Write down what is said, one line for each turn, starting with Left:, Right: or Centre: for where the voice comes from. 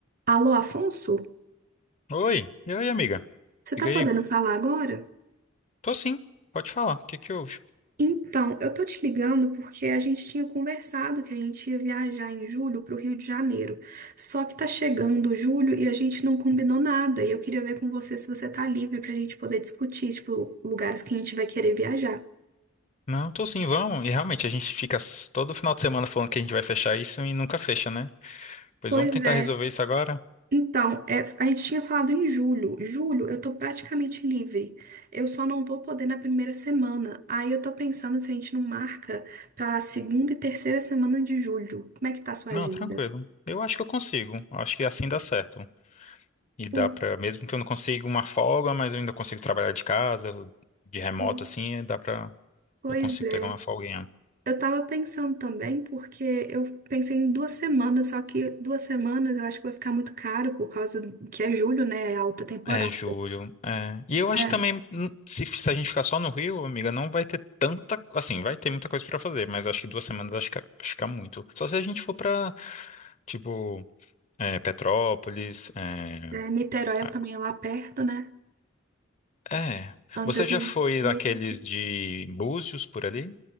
Right: Alô, Afonso?
Left: Oi, e aí, amiga?
Right: Você tá
Left: Liga
Right: podendo
Left: aí.
Right: falar agora?
Left: Tô sim, pode falar. O que que houve?
Right: Então, eu tô te ligando porque a gente tinha conversado que a gente ia viajar em julho pro Rio de Janeiro. Só que tá chegando julho e a gente não combinou nada. E eu queria ver com você se você tá livre pra gente poder discutir, tipo, lugares que a gente vai querer viajar.
Left: Não, tô sim, vamos. E realmente, a gente fica s- todo final de semana falando que a gente vai fechar isso e nunca fecha, né? Pois
Right: Pois
Left: vamos tentar
Right: é,
Left: resolver isso agora?
Right: Então, é, a gente tinha falado em julho. Julho, eu tô praticamente livre. Eu só não vou poder na primeira semana. Aí eu tô pensando se a gente não marca pra segunda e terceira semana de julho. Como é que tá a sua
Left: Não,
Right: agenda?
Left: tranquilo. Eu acho que eu consigo. Acho que assim dá certo. E dá
Right: Por-
Left: pra, mesmo que eu não consiga uma folga, mas eu ainda consigo trabalhar de casa, de remoto,
Right: por-
Left: assim, dá pra,
Right: Pois
Left: eu consigo
Right: é.
Left: pegar uma folga
Right: Eu tava pensando também, porque eu pensei em duas semanas, só que duas semanas eu acho que vai ficar muito caro por causa que é julho, né? É alta temporada.
Left: É, julho. É. E eu acho
Right: É,
Left: que também, hum, se, se a gente ficar só no Rio, amiga, não vai ter tanta. Assim, vai ter muita coisa pra fazer, mas acho que duas semanas acho que, acho que é muito. Só se a gente for pra, tipo, é, Petrópolis. É,
Right: é, Niterói
Left: a-
Right: também é lá perto, né?
Left: é.
Right: Angra
Left: Você
Right: dos
Left: já foi
Right: Reis.
Left: naqueles de Búzios por ali?